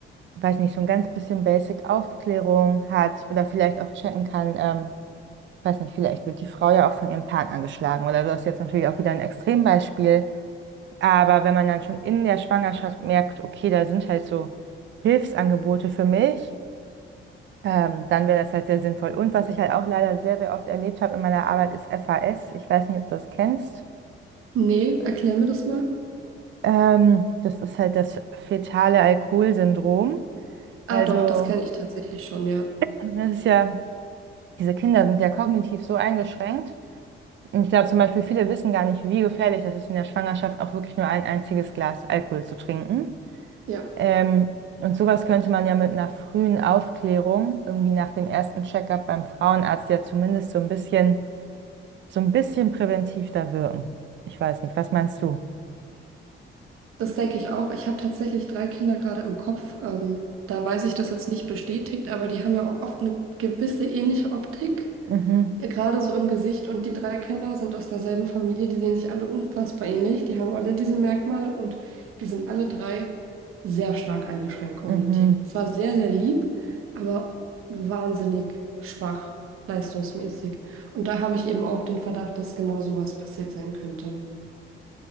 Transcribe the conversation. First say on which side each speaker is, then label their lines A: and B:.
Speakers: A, on the right; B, on the right.
A: weiß nicht, so ein ganz bisschen Basic Aufklärung hat oder vielleicht auch checken kann, ähm, weiß nicht, vielleicht wird die Frau ja auch von ihrem Partner angeschlagen oder du hast jetzt natürlich auch wieder ein Extrembeispiel. Aber wenn man dann schon in der Schwangerschaft merkt, okay, da sind halt so Hilfsangebote für mich, ähm, dann wäre das halt sehr sinnvoll. Und was ich halt auch leider sehr, sehr oft erlebt habe in meiner Arbeit, ist FAS. Ich weiß nicht, ob du das kennst.
B: Nee, erklär mir das mal.
A: Ähm, das ist halt das fetale Alkoholsyndrom.
B: Ah,
A: Also,
B: doch, das kenne ich tatsächlich schon, ja.
A: das ist ja diese Kinder sind ja kognitiv so eingeschränkt. Und ich glaube zum Beispiel, viele wissen gar nicht, wie gefährlich das ist, in der Schwangerschaft auch wirklich nur ein einziges Glas Alkohol zu trinken.
B: Ja,
A: Ähm, und sowas könnte man ja mit einer frühen Aufklärung, irgendwie nach dem ersten Check-up beim Frauenarzt, ja zumindest so ein bisschen, so ein bisschen präventiv da wirken. Ich weiß nicht, was meinst du?
B: das denke ich auch. Ich habe tatsächlich drei Kinder gerade im Kopf. Ähm, da weiß ich das jetzt nicht bestätigt, aber die haben ja auch oft eine gewisse ähnliche Optik,
A: Mhm,
B: äh, gerade so im Gesicht. Und die drei Kinder sind aus derselben Familie, die sehen sich alle unfassbar ähnlich. Die haben alle diese Merkmale und die sind alle drei sehr stark eingeschränkt kognitiv.
A: mhm.
B: Zwar sehr, sehr lieb, aber wahnsinnig schwach leistungsmäßig. Und da habe ich eben auch den Verdacht, dass genau sowas passiert sein könnte.